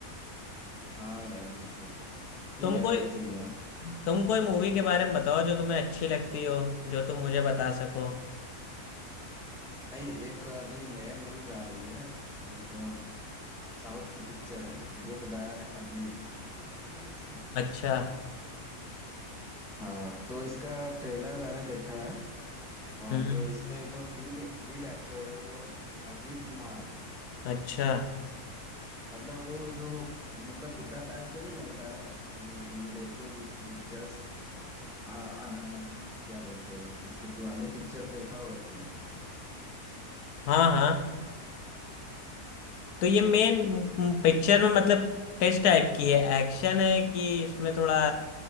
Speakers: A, in the centre; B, on the left.
A: हाँ यार बिल्कुल ठीक
B: तुम
A: है
B: कोई
A: देख लूंगा
B: तुम कोई मूवी के बारे में बताओ जो तुम्हें अच्छी लगती हो जो तुम मुझे बता सको
A: भाई एक अभी नया मूवीज आ रही है एक साउथ की पिक्चर है गुड बैड अगली नाम की नाम से
B: अच्छा
A: हाँ तो इसका ट्रेलर मैंने देखा है और
B: हम्म
A: जो इसमें जो लीड लीड एक्टर है वो अजीत कुमार है
B: अच्छा
A: मतलब वो जो मतलब बुड्ढा टाइप का नहीं होता है जो तुमने देखी होगी इसकी पिक्चर्स आ, अना क्या बोलते हैं इसके पुराने पिक्चर्स देखा होगा तुमने
B: हाँ हाँ तो ये मेन पिक्चर में मतलब किस टाइप की है एक्शन है कि इसमें थोड़ा